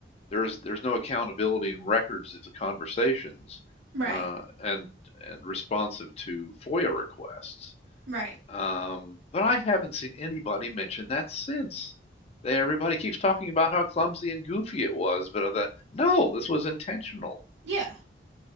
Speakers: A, on the left; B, on the right.
A: there's there's no accountability in records of the conversations
B: Right.
A: uh, and and responsive to FOIA requests.
B: Right.
A: Um, but I haven't seen anybody mention that since. They, everybody keeps talking about how clumsy and goofy it was, but I thought, no, this was intentional.
B: Yeah.